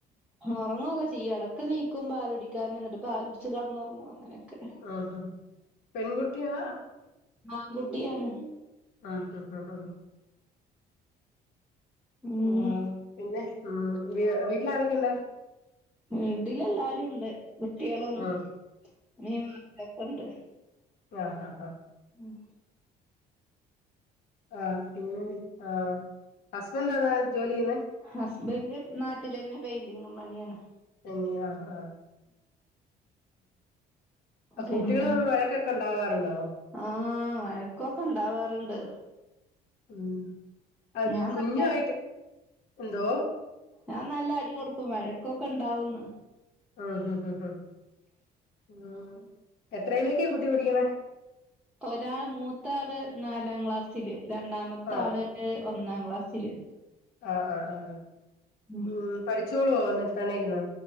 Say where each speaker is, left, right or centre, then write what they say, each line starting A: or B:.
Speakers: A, in the centre; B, on the left (about 70°).
A: ഒറങ്ങുവൊക്കെ ചെയ്യും എടക്ക് നീക്കും പാലുടിക്കാൻ ഇന്നട്ട് പാലുടിച്ച് കെടന്ന് ഉറങ്ങും അങ്ങനെ ക്കെ.
B: ആഹ് പെൺകുട്ടിയാ
A: ആൺ കുട്ടിയാണ്
B: ആ ഹാ ഹാ
A: ഉം
B: ആ പിന്നെ. ഉം വീ വീട്ടില് ആരൊക്കെണ്ട്
A: വീട്ടിലെല്ലാരും ഉണ്ട്. കുട്ടിയേളും
B: ആഹ്
A: ഇമ്മിം <unintelligible> ക്കെണ്ട്
B: ആഹാഹ
A: ഉം
B: ആ പിന്നെ ആ ഹസ്ബൻ്റന്താ ജോലി ചെയ്യുന്നെ
A: ഹസ്ബൻഡ് നാട്ടിലന്നെ പെയിന്റിങും പണിയാണ്
B: പെയ്ൻ്റിംഗ് ആഹാ ആ. അഹ്
A: പിന്നെ
B: കുട്ടികൾ വഴക്കൊക്കെ ഉണ്ടാവാറുണ്ടോ
A: ആഹ് വഴക്കൊക്കെ ഉണ്ടാവാറുണ്ട്
B: മ്മ് അതി
A: ഞാൻ
B: കുഞ്ഞുമായിട്ട്
A: നല്ല അടി
B: എന്തോ
A: ഞാൻ നല്ല അടി കൊടുക്കും വഴക്കൊക്കെ ഇണ്ടാവും ന്ന്
B: ആഹ് ഹഹഹ മ്മ് എത്രയിലേക്കാ കുട്ടി പഠിക്കണേ
A: ഒരാള് മൂത്താള് നാലാം ക്ലാസ്സില് രണ്ടാമത്തെ
B: ആഹ്
A: ആള് ഒ ന്നാം ക്ലാസ്സില്
B: ആഹ് ആഹ് ആഹ് ആഹ്
A: ഉം
B: മ്മ് പഠിച്ചോളുവോ എന്നിട്ട് തന്നെയിരുന്ന്